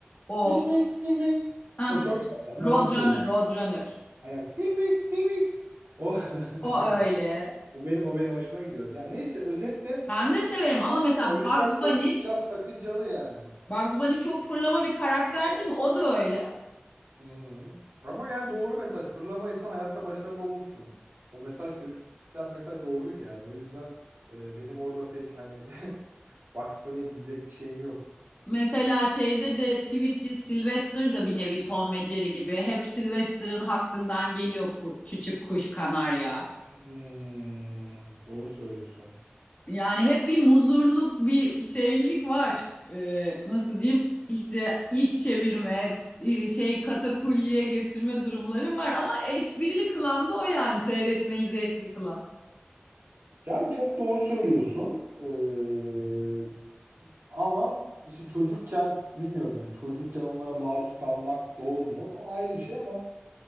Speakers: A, on the left; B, on the right.
A: o
B: Mik mik mik mik.
A: ah,
B: O çok güzel. Ben
A: Roadrunner
B: çok seviyorum.
A: Roadrunner
B: Aynen. Mik mik mik mik. O
A: o
B: <laughs>
A: öyle.
B: O benim o benim hoşuma gidiyordu. Yani neyse özetle
A: Ben de severim
B: e,
A: ama mesela
B: oyuncak
A: Bugs
B: konusu
A: Bunny,
B: biraz sakıncalı yani.
A: Bugs Bunny çok fırlama bir karakter değil mi? O da öyle.
B: Hı. Ama yani doğru mesaj. Fırlamayırsan hayatta başarılı olursun. O mesaj çocukluktan mesaj doğruydu yani. O yüzden e, benim orada pek hani <laughs> Bugs Bunny'e diyecek bir şeyim yok.
A: Mesela şeyde de Tweety Sylvester da bir nevi Tom ve Jerry gibi. Hep Sylvester'ın hakkından geliyor ku- küçük kuş kanarya.
B: Hmm, doğru söylüyorsun.
A: Yani hep bir muzurluk, bir şeylik var. Ee, nasıl diyeyim? İşte iş çevirme, e, şey katakulliye getirme durumları var. Ama esprili kılan da o yani seyretmeyi zevkli kılan.
B: Yani çok doğru söylüyorsun. Ee, ama işte çocukken bilmiyorum yani çocukken onlara maruz kalmak doğru mu? O ayrı bir şey ama